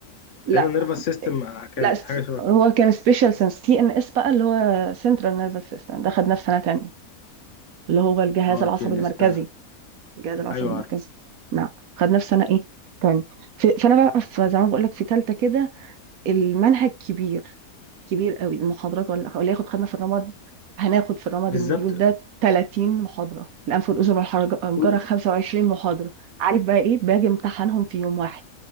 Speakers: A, on the right (about 75°); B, on the left (about 65°).
A: لا
B: دايما نيرفس سيستم كانت
A: لا س-
B: حاجه شبه كده
A: هو كان سبيشال سنس تي ان اس بقى اللي هو سنترال نيرفس سيستم ده خدناه في سنه تانية اللي هو الجهاز
B: اه
A: العصبي
B: تي ان
A: المركزي
B: اس تمام
A: الجهاز العصبي
B: ايوه
A: المركزي
B: عارف
A: نعم خدناه في سنه ايه تاني في- فانا بقى في- زي ما بقول لك في ثالثه كده المنهج كبير كبير قوي المحاضرات ولا ولا ياخد خدنا في الرمد هناخد في الرمد
B: بالظبط
A: المديول ده 30 محاضرة الأنف والأذن والحنجرة
B: كل-
A: 25 محاضرة عارف بقى إيه باجي امتحنهم في يوم واحد